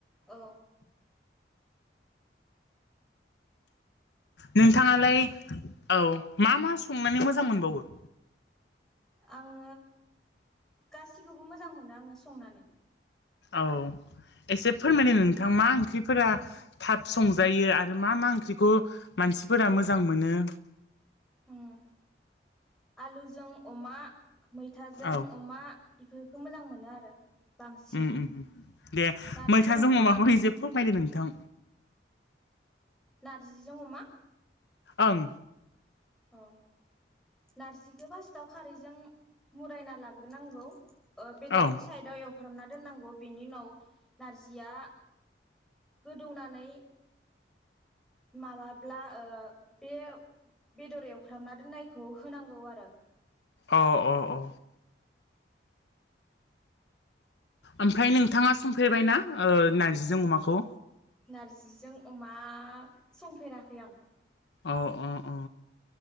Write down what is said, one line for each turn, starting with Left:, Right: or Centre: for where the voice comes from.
Centre: औ
Left: नोंथाङालाय
Centre: मोजां
Left: औ मा मा संनानै मोजां मोनबावो?
Centre: आङो गासिखौबो मोजां मोनो आङो संनानै
Left: औ। एसे फोरमायनो नोंथां मा ओंख्रिफोरा थाब संजायो? आरो मा मा ओंख्रिखौ म मानसिफोरा मोजां मोनो
Centre: ओम आलुजों अमा मैथाजों
Left: औ
Centre: अमा बेफोरखौ मोजां मोनो आरो। बांसिन
Left: ओम ओम दे
Centre: नारजिजों
Left: मैथाजों
Centre: अमा
Left: अमाखौल एसे फोरमायदो नोंथां?
Centre: नारजिजों अमा।
Left: ओं
Centre: औ नारजिखौ फार्स्टाव खारैजों मुरायना लाग्रोनांगौ। बेदरखौ
Left: औ
Centre: साइदाव एवफ्रामना दोननांगौ बेनि उनाव नारजिया गोदौनानै माबाब्ला ओ बे बेदरायावफ्रामना दोननायखौ होनांगौ आरो।
Left: औ औ औ। ओमफ्राय नोंथाङा संफेरबायना ओ नार्जिजों अमाखौ?
Centre: नारजिजों अमा संफेराखै आं।
Left: अ अ अ